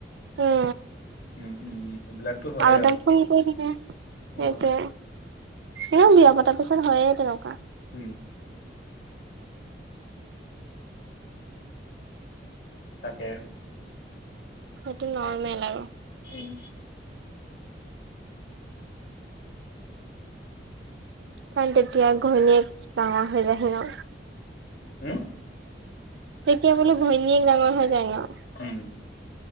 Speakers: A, on the right (about 80°); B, on the left (about 70°).
A: অ
B: উম উম সেইবিলাকতো হয়ে
A: আৰু <unintelligible> ফোন কৰি থাকে সেইটোৱে
B: উম,
A: এ বিয়া পতাৰ পিছত হয়ে তেনেকুৱা।
B: উম তাকে
A: সেইটো নৰ্মেল আৰু।
B: উম
A: কাৰণ তেতিয়া ঘৈণীয়েক ডাঙৰ হৈ যায়াহি ন
B: উম
A: তেতিয়া বোলো ঘৈণীয়েক ডাঙৰ হৈ যায় ন।
B: উম